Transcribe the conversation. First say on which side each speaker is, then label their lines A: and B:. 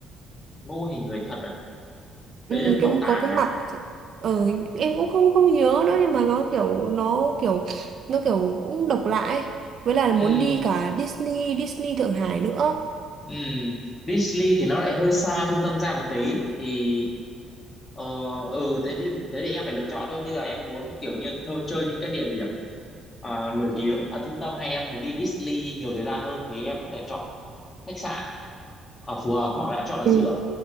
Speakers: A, on the left; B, on the right.
A: mô hình người thật à đấy
B: ừ,
A: là
B: cái
A: bảo tàng
B: có cái
A: à
B: mặt ờ, em cũng không không nhớ nữa nhưng mà nó kiểu nó kiểu nó kiểu cũng độc lạ ấy với là
A: ừ
B: muốn đi cả Disney Disney Thượng Hải nữa
A: ừ Disney thì nó lại hơi xa trung tâm ra một tí thì ờ ừ thế thì, thế thì em phải lựa chọn thôi bây giờ em muốn kiểu như thơ, chơi những cái địa điểm à, nổi tiếng ở trung tâm hay em muốn đi Disney nhiều thời gian hơn thì em có thể chọn khách sạn ở phù hợp hoặc là em chọn ở
B: Ừ.
A: giữa